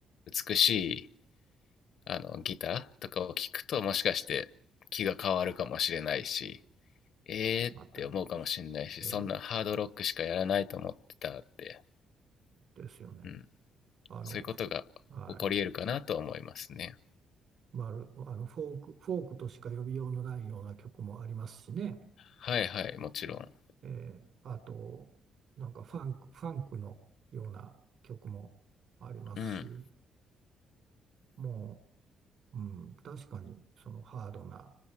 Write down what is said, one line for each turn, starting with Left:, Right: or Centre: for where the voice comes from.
Left: 美しいあのギターとかを聴くともしかして気が変わるかもしれないしえーって思うかもしれないしそんなハードロックしかやらないと思ってたって、
Right: 全くです。えーですよね。
Left: うん、
Right: あの、
Left: そういうことが起こり得るかなと思いますね
Right: はい。まる、あのフォーク、フォークとしか呼びようのないような曲もありますしね。
Left: はいはいもちろん
Right: えーあと、なんかファンク、ファンクのような曲もありますし、
Left: うん
Right: もう、うん、確かにそのハードな